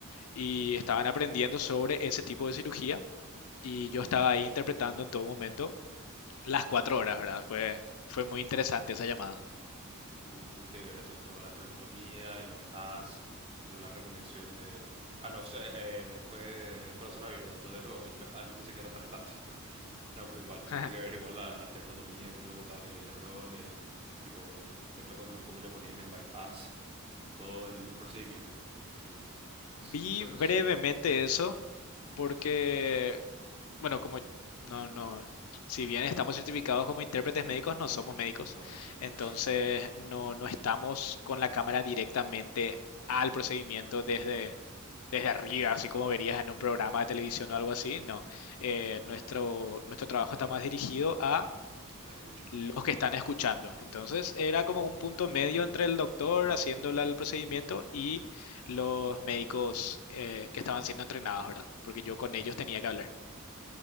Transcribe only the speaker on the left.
y estaban aprendiendo sobre ese tipo de cirugía y yo estaba ahí interpretando en todo momento las cuatro horas, ¿verdad? Fue, fue muy interesante esa llamada.
<laughs>
Vi
brevemente
eso porque, bueno, como no, no, si bien estamos certificados como intérpretes médicos, no somos médicos,
entonces
no, no estamos con la cámara directamente al procedimiento desde, desde arriba,
así como verías en un programa de televisión o algo así, no. Eh, nuestro, nuestro trabajo está más dirigido a
los que están escuchando. Entonces
era como un punto medio entre el doctor haciéndole el procedimiento y los médicos eh, que estaban siendo entrenados, ¿verdad? Porque yo con ellos tenía que hablar. <laughs>